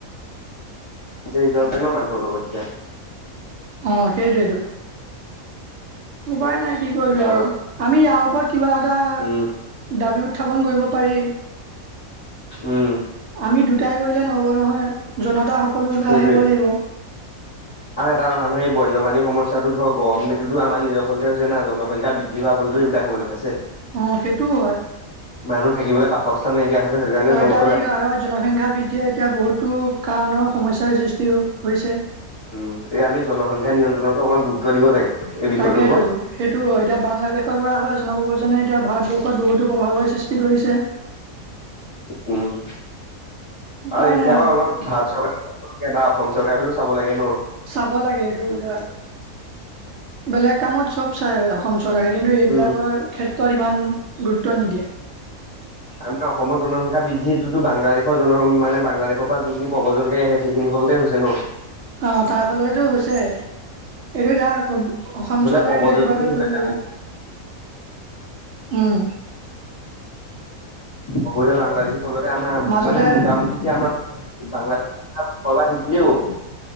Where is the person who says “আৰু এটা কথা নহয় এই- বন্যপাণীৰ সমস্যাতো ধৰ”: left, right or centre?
Left